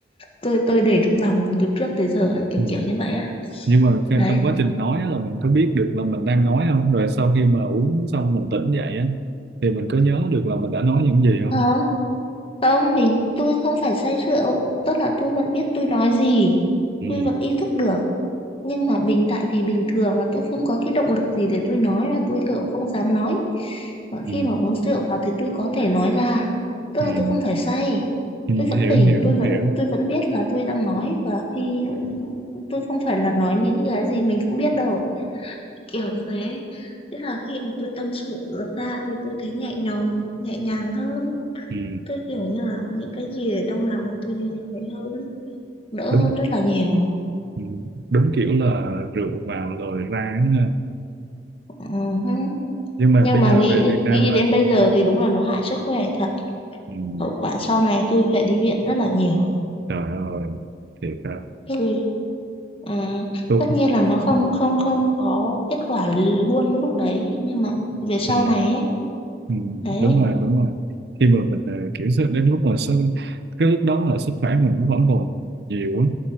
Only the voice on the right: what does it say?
ừ
nhưng mà
cái- trong quá trình nói á là mình có biết được là mình đang nói không rồi sau khi mà uống xong mình tỉnh dậy á thì mình có nhớ được là mình đã nói những gì không
ừ
ừ
ừ,
ừ.
hiểu
hiểu
hiểu
ừ
đúng
Ừ, đúng kiểu là rượu vào rồi ra á ha.
nhưng mà
bây
giờ
về Việt Nam
là
sao?
ừ,
trời ơi thiệt á
tôi
ừ,
ừ,
ừ,
đúng rồi đúng rồi khi mà mình ờ, kiểu sức- đến lúc mà sức, cái lúc đó là sức khỏe mình nó vẫn còn nhiều á